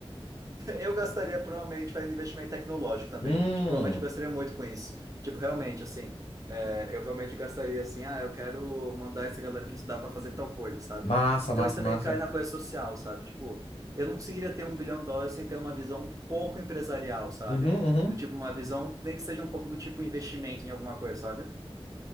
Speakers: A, on the right (about 35°); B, on the left (about 85°).
A: Eu gastaria provavelmente fazendo investimento tecnológico também.
B: Hum,
A: Tipo, provavelmente eu gastaria muito com isso. Tipo, realmente, assim, é, eu realmente gastaria assim, ah, eu quero mandar essa galera que estudar para fazer tal coisa, sabe?
B: massa,
A: Então
B: massa,
A: isso também
B: massa.
A: cai na coisa social, sabe? Tipo, eu não conseguiria ter um bilhão de dólares sem ter uma visão um pouco empresarial, sabe?
B: Uhum, uhum.
A: Do tipo, uma visão, nem que seja um pouco do tipo investimento em alguma coisa, sabe?